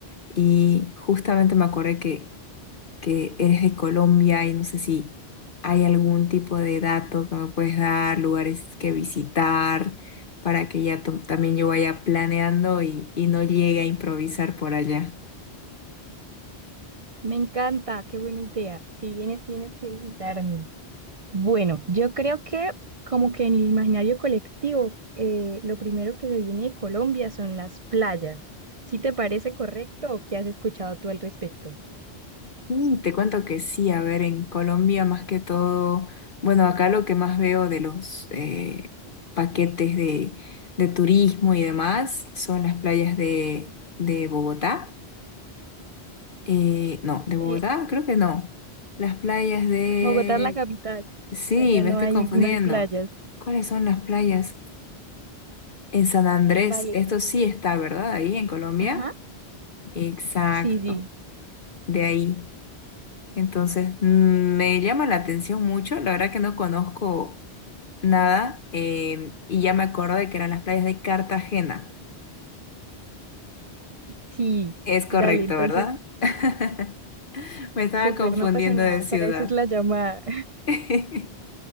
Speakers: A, on the left; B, on the right.
A: y justamente me acordé que que eres de Colombia y no sé si hay algún tipo de dato que me puedes dar, lugares que visitar, para que ya tam- también yo vaya planeando y, y no llegue a improvisar por allá.
B: Me encanta, qué buena idea. Si vienes, tienes que visitarme. Bueno, yo creo que como que en el imaginario colectivo, eh, lo primero que se viene de Colombia son las playas. ¿Sí te parece correcto o qué has escuchado tú al respecto?
A: Sí, te cuento que sí, a ver, en Colombia más que todo, bueno, acá lo que más veo de los eh, paquetes de, de turismo y demás son las playas de, de Bogotá. Eh, no, de Bogotá
B: Eh,
A: creo que no. Las playas de
B: Bogotá es la capital.
A: Sí,
B: Allá
A: me
B: no
A: estoy
B: hay,
A: confundiendo.
B: no hay playas.
A: ¿Cuáles son las playas? En San Andrés,
B: Vale,
A: esto
B: pues.
A: sí está, ¿verdad? Ahí en Colombia.
B: Ajá.
A: Exacto,
B: Sí, sí,
A: de ahí. Entonces, mm, me llama la atención mucho. La verdad que no conozco nada eh, y ya me acuerdo de que eran las playas de Cartagena.
B: sí.
A: Es correcto,
B: Dale, entonces
A: ¿verdad? <laughs> Me estaba
B: Súper,
A: confundiendo
B: no pasa nada,
A: de ciudad.
B: para eso es la llamada. <laughs>
A: <laughs>